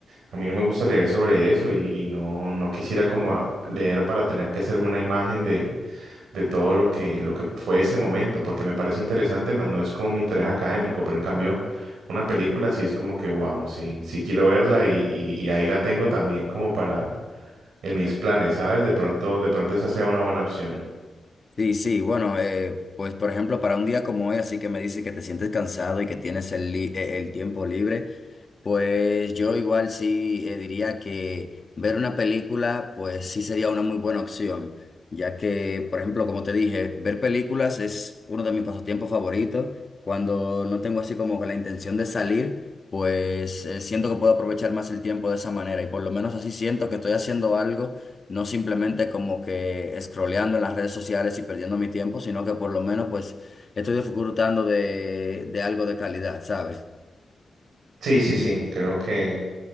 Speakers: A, on the right; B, on the left.
A: a mí no me gusta leer sobre eso y, y no, no quisiera como a- leer para tener que hacerme una imagen de de todo lo que, lo que fue ese momento, porque me parece interesante, más no es como mi interés académico, pero en cambio, una película sí es como que, wow, sí, sí quiero verla y, y, y ahí la tengo también como para, en mis planes, ¿sabes? De pronto, de pronto esa sea una buena opción.
B: Sí, sí, bueno, eh, pues por ejemplo, para un día como hoy, así que me dice que te sientes cansado y que tienes el, li- eh, el tiempo libre. Pues yo igual sí eh, diría que ver una película, pues sí sería una muy buena opción, ya que, por ejemplo, como te dije, ver películas es uno de mis pasatiempos favoritos. Cuando no tengo así como que la intención de salir, pues eh, siento que puedo aprovechar más el tiempo de esa manera y por lo menos así siento que estoy haciendo algo, no simplemente como que scrolleando en las redes sociales y perdiendo mi tiempo, sino que por lo menos pues estoy disfrutando de, de algo de calidad, ¿sabes?
A: Sí, sí, sí, creo que,